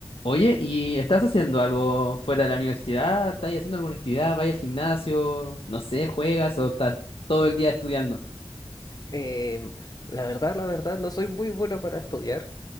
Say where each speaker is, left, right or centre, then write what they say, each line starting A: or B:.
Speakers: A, on the left (about 65°); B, on the left (about 40°).
A: Oye, ¿y estás haciendo algo fuera de la universidad? ¿Estás haciendo alguna actividad? ¿Vas al gimnasio? No sé, ¿juegas o estás todo el día estudiando?
B: Eh, la verdad, la verdad, no soy muy bueno para estudiar.